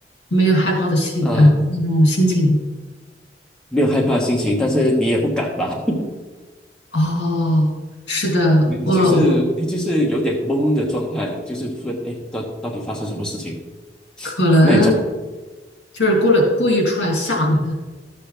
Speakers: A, on the left; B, in the centre.
A: 没有害怕的心呃那种心情。
B: 呃，没有害怕的心情，但是你也不敢吧。
A: 哦，是的，
B: 你你就是你就是有点懵的状态，
A: 我我
B: 就是突然哎，诶到到底发生什么事情
A: 可能
B: 那种，
A: 就是过了故意出来吓你的。